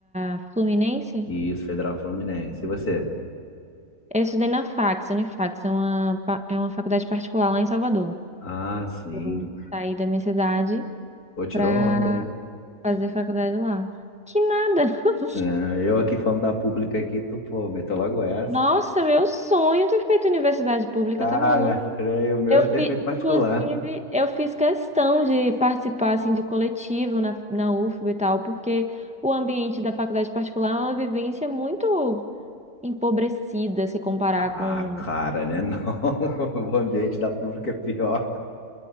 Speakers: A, in the centre; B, on the left (about 90°).
A: a Fluminense?
B: Isso, Federal Fluminense. E você?
A: Eu estudei na Fax, Unifax, é uma, pa- é uma faculdade particular lá em Salvador.
B: Ah, sim.
A: Eu saí da minha cidade
B: Pô, tirou
A: pra
B: onda, hein?
A: fazer faculdade lá. Que nada! <laughs>
B: É, Eu aqui falando da pública aqui, tu, pô, meteu logo essa.
A: Nossa, meu sonho ter feito universidade pública,
B: Ah,
A: tá maluco
B: né? E o meu
A: Eu
B: tem
A: fi,
B: feito particular.
A: inclusive, eu fiz questão de participar assim, de coletivo na, na UFBA e tal, porque o ambiente da faculdade particular é uma vivência muito empobrecida se comparar
B: Ah,
A: com.
B: cara, né? Não, <laughs> o ambiente da pública é pior.